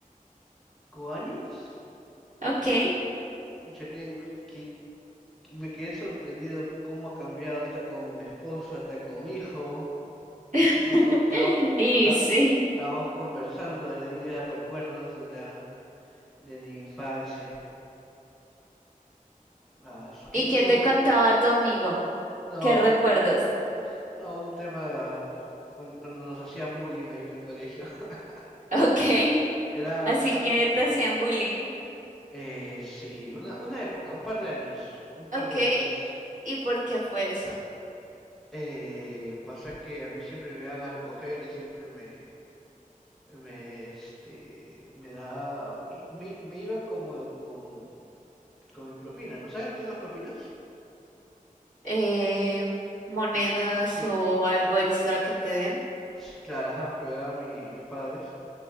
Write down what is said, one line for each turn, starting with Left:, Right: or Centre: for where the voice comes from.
Centre: años.
Right: Ok.
Centre: Pucha, que, que- que me quedé sorprendido cómo ha cambiado, está con esposa, está con hijo.
Right: <laughs>
Centre: No, está-
Right: Y
Centre: está-
Right: sí.
Centre: estábamos conversando de ahí de recuerdos de la de la infancia. Ah, su- que-
Right: ¿Y qué
Centre: que- me-
Right: te
Centre: me-
Right: contaba tu amigo?
Centre: no.
Right: ¿Qué recuerdos?
Centre: No, un tema cuando, cuando nos hacían bullying ahí en el colegio. <laughs>
Right: <laughs> Ok.
Centre: Era
Right: Así
Centre: una,
Right: que te hacían bullying.
Centre: eh, sí, una, una época, un par de años, un par
Right: Ok.
Centre: de años.
Right: ¿Y por qué fue eso?
Centre: Eh, pasa que a mí siempre me iban a recoger y siempre me, me, este, me da, y me, me iba como con, con mi propina, ¿no sabes lo que son las propinas?
Right: Eh, ¿monedas
Centre: Mm, Sí,
Right: o algo extra que te den?
Centre: sí, claro, ajá, que me daban mi- mis padres.